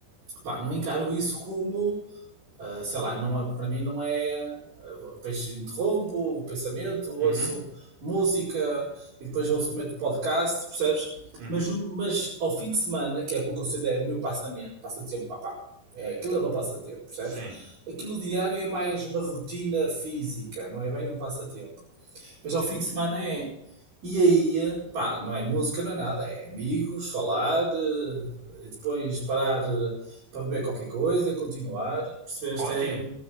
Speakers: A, on the right; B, on the right.
A: pá, não encaro isso como Uh, sei lá, não é, para mim não é. Depois interrompo o pensamento, ouço
B: Uhum,
A: música e depois ouço meto podcast, percebes?
B: uhum,
A: Mas, mas ao fim de semana, que é o que eu considero o meu passamento, passatempo, papá, é, aquilo é o meu passatempo, percebes?
B: sim.
A: Aquilo diário é mais uma rotina física, não é bem um passatempo. Depois ao fim de semana é. E aí, pá, não é música, não é nada, é amigos, falar, eh, e depois parar eh, para beber qualquer coisa, continuar. Percebeste?
B: Ótimo.
A: É,